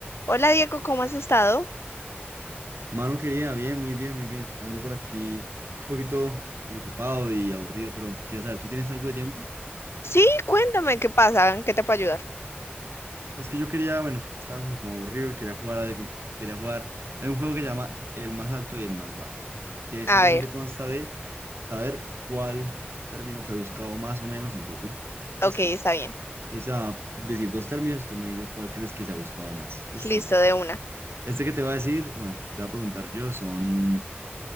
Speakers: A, on the left; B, on the right.
A: Hola Diego, ¿cómo has estado?
B: Mano querida, bien, muy bien, muy bien. Ando por aquí un poquito desocupado y aburrido, pero quería saber, ¿tú tienes algo de tiempo?
A: Sí, cuéntame qué pasa, en qué te puedo ayudar.
B: Es que yo quería, bueno, estaba pues como aburrido y quería jugar algo. Quería jugar. Hay un juego que se llama El más alto y el más bajo, que
A: A
B: simplemente
A: ver,
B: consta de saber cuál término fue buscado más o menos en Google.
A: ok,
B: Listo.
A: está bien.
B: Entonces te va a decir dos términos, tú me dices cuál crees que se ha buscado más. Listo.
A: Listo, de una.
B: Este que te va a decir, bueno, que te va a preguntar yo son